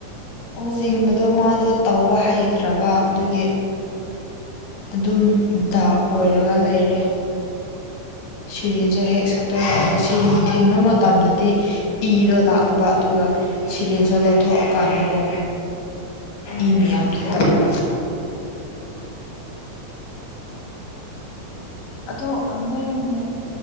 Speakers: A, on the left; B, on the left.
A: ꯑꯣ
B: ꯆꯤꯡꯕꯗꯣ ꯃꯥꯗꯣ ꯇꯧꯕ ꯍꯩꯇ꯭ꯔꯕ ꯑꯗꯨꯒꯤ ꯑꯗꯨꯝ ꯗꯥꯛ ꯑꯣꯏꯔꯒ ꯂꯩꯔꯦ ꯁꯤꯔꯤꯟꯁꯦ ꯍꯦꯛ ꯁꯠꯇꯣꯔꯛꯑꯒ ꯁꯔꯤꯟ ꯊꯤꯟꯕ ꯃꯇꯝꯗꯗꯤ ꯏꯗꯣ ꯂꯥꯛꯇꯕ ꯑꯗꯨꯒ ꯁꯤꯔꯤꯦꯟꯁꯨ ꯂꯧꯊꯣꯛꯑꯀꯥꯟꯗꯀꯣ
A: ꯑꯣ
B: ꯏꯅ ꯌꯥꯝ ꯊꯋꯥꯏꯕ
A: ꯑꯗꯣ ꯅꯣꯏꯅꯦ